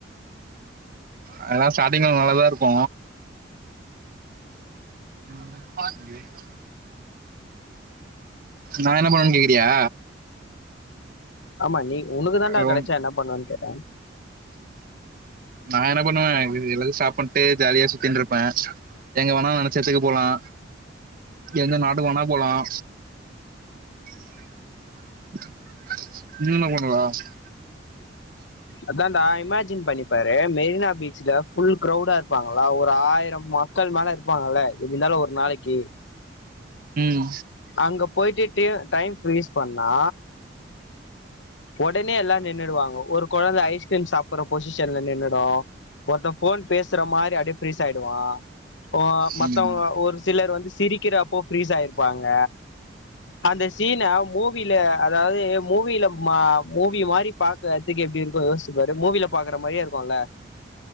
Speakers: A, on the right; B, on the left.
A: அதெல்லா ஸ்டார்டிங்ல நல்லாதா இருக்கு <unintelligible> நா என்ன பண்ணுவன்னு கேக்குறியா
B: ஆமா நீ உனக்கு தாண்டா
A: ரொம்
B: கெடைச்சா என்ன பண்ணுவன்னு கேட்ட
A: நா என்ன பண்ணுவ எதாது சாப்பண்ட்டு ஜாலியா சுத்தின்ட்டு இருப்ப எங்க வேனா நினைச்ச இடத்துக்கு போலாம் எந்த நாட்டுக்கு வேனா போலாம் <unintelligible>
B: அதான்டா இமஜின் பண்ணிப்பாரு மெரினா பீச்ல ஃபுல் க்ரௌடா இருப்பாங்களா ஒரு ஆயிரம் மா மக்கள் மேல இருப்பாங்கல்ல இருந்தாலும் ஒரு நாளைக்கு
A: உம்
B: அங்க போயிட்டு டைம் ஃப்ரீஸ் பண்ணா உடனே எல்லாம் நின்னுடுவாங்க ஒரு கொழந்த ஐஸ்கிரீம் சாப்ட்டுற பொசிஷன்ல நின்னுடும் ஒருத்த ஃபோன் பேசுற மாரி அப்படியே ஃப்ரீஸ் ஆகிடுவான் ஆ
A: ம்
B: மத்தவுங்க ஒரு சிலர் வந்து சிரி க்கிறப்ப ஃப்ரீஸ் ஆயிருப்பாங்க அந்த சீன மூவி மூவில அதாவது மூவில மூவி மூவி மாரி பாக்கறதுக்கு எப்படி இருக்கும் யோசிச்சு பாரு மூவில பாக்குற மாரியே இருக்கும்ல்ல